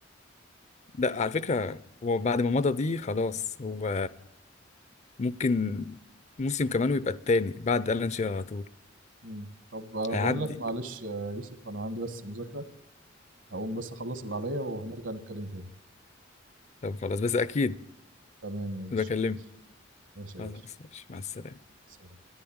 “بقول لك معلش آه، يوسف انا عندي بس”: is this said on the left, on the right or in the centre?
Right